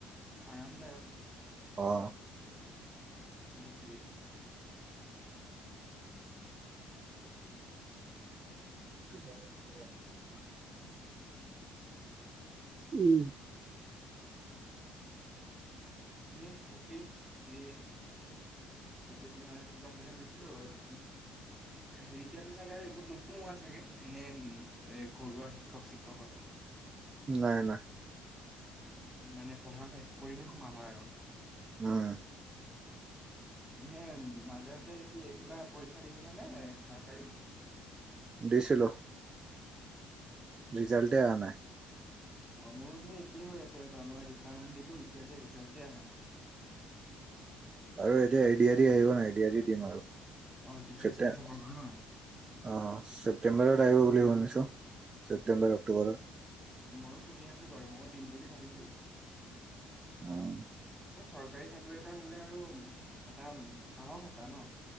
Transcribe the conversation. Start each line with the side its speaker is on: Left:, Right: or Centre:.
Centre: আৰামদায়ক
Right: অ।
Centre: সেইটোৱেই।
Right: <unintelligible> উম।
Centre: এনেই বাকি হেৰি। সেইটো কি মানে কি ক'ম বুলি ভাবিছিলো? হেৰিতিয়াতো চাগে আৰু একোত নোসোমোৱা চাগে এনে এ ঘৰুৱা শিক্ষক-চিক্ষকতো?
Right: নাই নাই
Centre: মানে পঢ়া শেষ কৰিহে সোমাবা আৰু।
Right: উম।
Centre: পিনে মাজতে কি কিবা পৰীক্ষা দিছিলা নে চৰকাৰী?
Right: দিছিলোঁ। ৰিজাল্টে আহা নাই।
Centre: অ', মোৰো সেই একেই হৈ আছে ৰ'বা, মই দুটামান দিলো এতিয়ালৈ ৰিজাল্টেই আহা নাই।
Right: আৰু এতিয়া এইডিয়াদি আহিব ন, এইডিয়াদি দিম আৰু।
Centre: অ তৃতীয়
Right: ছেপ্তেম্ব,
Centre: চতুৰ্থ বৰ্গৰ
Right: অ',
Centre: ন
Right: ছেপ্তেম্বৰত আহিব বুলি শুনিছো, ছেপ্টেম্বৰ, অক্টোবৰত।
Centre: ময়ো শুনি আছোঁ বাৰু, ময়ো দিম বুলি ভাবিছোঁ।
Right: অহ।
Centre: এ চৰকাৰী চাকৰি এটা হ'লে আৰু এটা সাহস এটা ন?